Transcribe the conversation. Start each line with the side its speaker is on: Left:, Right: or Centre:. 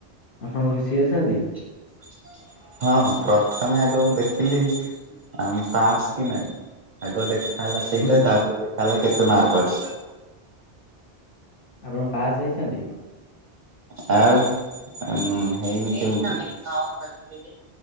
Left: ଆପଣ ଖୁସି ଅଛନ୍ତି?
Right: <inaudible> ହଁ ପ୍ରଥମେ ଆଗ ମୁଁ ଦେଖିଲି ଆ ପାସ୍ କି ନାଇଁ। ଆଗ ଦେଖା ହେଲା ସେଇଟା
Left: ହୁଁ ହୁଁ
Right: ତାପରେ ଦେଖା ହେଲା କେତେ ମାର୍କ ଅଛି।
Left: ଆପଣ ପାସ୍ ହେଇଛନ୍ତି?
Right: ଆଉ ହେଇନି କେମିତି <unintelligible>